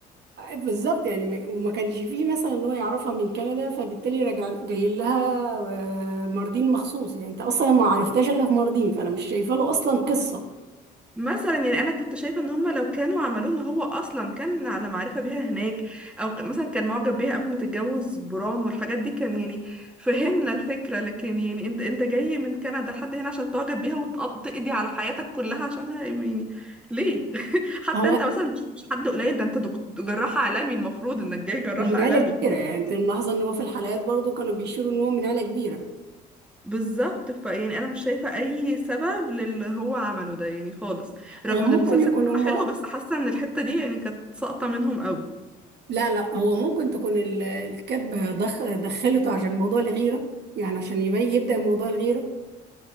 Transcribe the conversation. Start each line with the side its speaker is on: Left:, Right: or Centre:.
Right: آه، بالظبط يعني ما- وما كانش فيه مثلا ان هو يعرفها من كندا فبالتالي راجع جاي لها آه، ماردين مخصوص يعني انت اصلا ما عرفتهاش الا في ماردين فانا مش شايفه له اصلا قصه
Centre: مثلا يعني انا كنت شايفه ان هم لو كانوا عملوه ان هو اصلا كان على معرفه بيها هناك او ك- مثلا كان معجب بيها قبل ما تتجوز بران والحاجات دي كان يعني فهمنا الفكره لكن يعني انت انت جاي من كندا لحد هنا عشان تعجب بيها وتقضي على حياتك كلها عشانها يعني ليه <laughs> حتى
Right: هو
Centre: انت مثلا مش مش حد قليل ده انت دك- جراح عالمي المفروض انك جاي جراح
Right: هو من
Centre: عالمي
Right: عيله كبيره يعني انت ملاحظه ان هو في الحلقات برضو كانوا بيشيروا ان هو من عيله كبيره
Centre: بالظبط فيعني انا مش شايفه اي سبب للي هو عمله ده يعني خالص رغم
Right: هو ممكن
Centre: ان المسلسل
Right: يكون
Centre: كله
Right: هما
Centre: حلو بس حاسه ان الحته دي يعني كانت ساقطه منهم قوي
Right: لا لا هو ممكن تكون ال- الكاتبه دخ... دخلته عشان موضوع الغيره يعني عشان يبي- يبدا موضوع الغيره